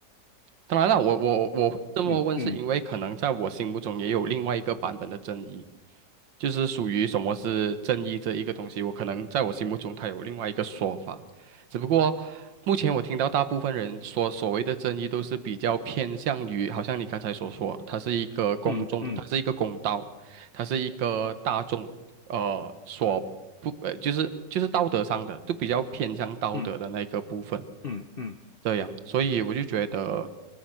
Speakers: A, on the right; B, on the left.
A: 当然了，我我我这么问，
B: 嗯
A: 是因为可能在我心目中也有另外一个版本的正义，就是属于什么是正义这一个东西，我可能在我心目中它有另外一个说法，只不过目前我听到大部分人说所谓的正义都是比较偏向于，好像你刚才所说，它是一个公众，
B: 嗯嗯嗯
A: 它是一个公道，它是一个大众呃所不呃，就是就是道德上的，都比较偏向道德的那个部分，
B: 嗯嗯嗯。嗯嗯
A: 这样，所以我就觉得，